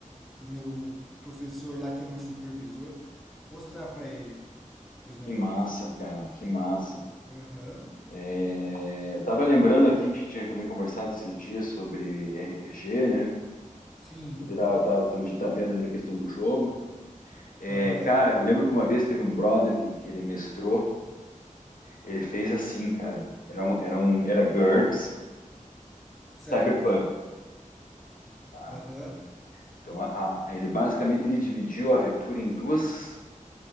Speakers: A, in the centre; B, on the left.
A: o meu o professor lá, que é meu supervisor, mostrar para ele os negócios.
B: Que massa, cara. Que massa.
A: Aham,
B: É, eu tava lembrando aqui que a gente tinha também conversado esses dias sobre RPG, né?
A: sim,
B: A gente tá, tá- a gente tá vendo ali a questão do jogo. É,
A: aham,
B: cara, eu lembro que uma vez teve um brother que, que ele mestrou. Ele fez assim, cara. Era um, era um, era GURPS,
A: certo.
B: Cyberpunk. tá?
A: Aham,
B: Então, a- a- ele basicamente ele dividiu a aventura em duas,